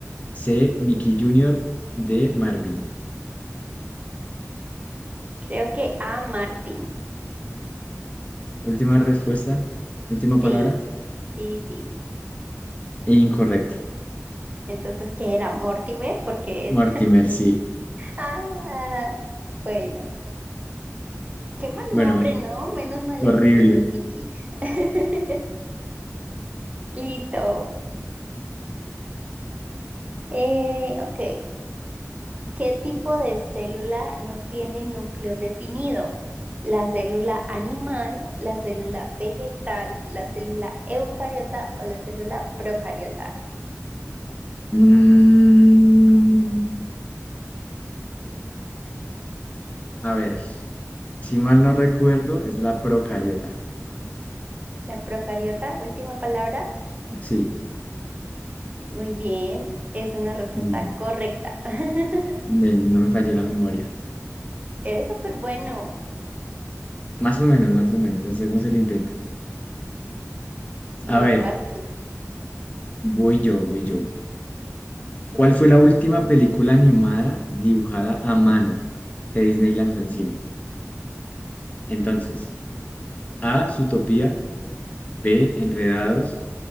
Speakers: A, on the left (about 25°); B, on the right (about 25°).
A: C. Mickey Junior. D. Marvin.
B: Creo que A, Martin.
A: Última respuesta, última
B: Sí,
A: palabra.
B: sí, sí.
A: e Incorrecto.
B: Entonces, ¿qué era? Mortimer, porque
A: Mortimer,
B: es...
A: sí.
B: <laughs> Ah, bueno. Qué mal
A: Bueno,
B: nombre, ¿no? Menos mal
A: horrible.
B: le pusieron Nicky. <laughs> Listo. Eh, ok. ¿Qué tipo de célula no tiene núcleo definido? ¿La célula animal, la célula vegetal, la célula eucariota o la célula procariota?
A: Mm, a ver, si mal no recuerdo, es la procariota.
B: La procariota, última palabra.
A: Sí,
B: Muy bien, es una respuesta
A: mm,
B: correcta. <laughs>
A: ne- no me falló la memoria.
B: Eres súper bueno.
A: Más o menos, más o menos, hacemos el intento.
B: Bueno,
A: A ver,
B: vas tú.
A: voy yo, voy yo. ¿Cuál fue la última película animada dibujada a mano que Disney lanzó en cine? Entonces, A, Zootopia, B, Enredados.